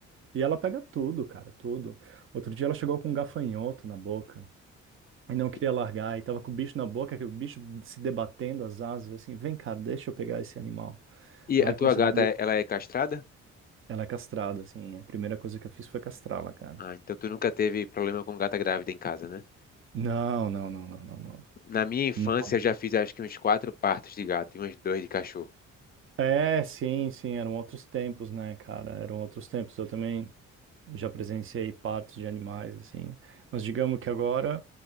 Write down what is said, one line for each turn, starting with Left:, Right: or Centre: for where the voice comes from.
Right: E ela pega tudo, cara, tudo. Outro dia ela chegou com um gafanhoto na boca e não queria
Left: E
Right: largar, e tava com o bicho na boca, que o bicho se debatendo as asas, assim, vem cá, deixa eu pegar esse animal. Aí
Left: a tua
Right: consegui.
Left: gata, ela é castrada?
Right: Ela é castrada, assim, a primeira coisa que eu fiz foi castrá-la, cara.
Left: Ah, então tu nunca teve problema com gata grávida em casa, né?
Right: Não, não, não, não, não, não.
Left: Na minha infância
Right: Não.
Left: eu já fiz acho que uns quatro partos de gato e uns dois de cachorro.
Right: É, sim, sim, eram outros tempos, né, cara? Eram outros tempos. Eu também já presenciei partos de animais, assim. Mas digamos que agora,